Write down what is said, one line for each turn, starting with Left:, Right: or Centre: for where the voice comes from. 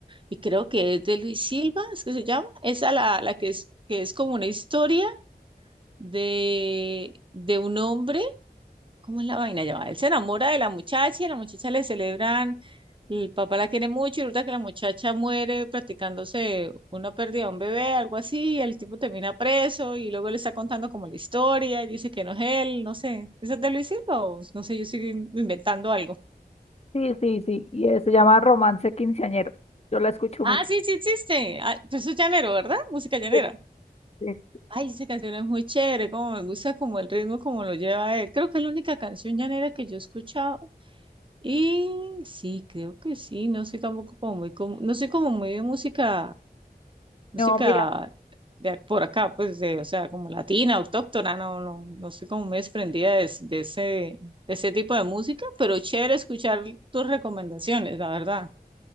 Right: Y creo que es de Luis Silva, es que se llama. Esa la, la que es, que es como una historia de, de un hombre. ¿Cómo es la vaina? Ya va, Él se enamora de la muchacha y a la muchacha le celebran, el papá la quiere mucho y resulta que la muchacha muere practicándose una pérdida de un bebé, algo así, y el tipo termina preso y luego le está contando como la historia y dice que no es él, no sé. ¿Esa te lo hiciste o no sé, yo sigo in- inventando algo?
Left: Sí, sí, sí. Y eh, se llama Romance Quinceañero. Yo la escucho
Right: Ah,
Left: mucho.
Right: sí, sí existe. Ah, pero eso es llanero, ¿verdad? Música llanera.
Left: Sí, sí.
Right: Ay, esa canción es muy chévere, como me gusta como el ritmo, como lo lleva él. Creo que es la única canción llanera que yo he escuchado Y sí, creo que sí, no sé tampoco como muy, como, no sé como muy de música, música
Left: No, mira,
Right: de ac- por acá, pues, de, o sea, como latina, autóctona, no, no, no soy como muy desprendida de, es- de ese, de ese tipo de música, pero chévere escuchar tus recomendaciones, la verdad.